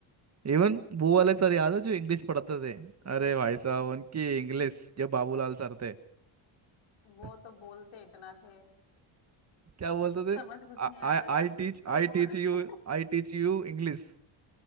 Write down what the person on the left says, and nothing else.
वो
तो बोलते इतना थे
समझ कुछ नहीं आता
था
पर
वो
<laughs>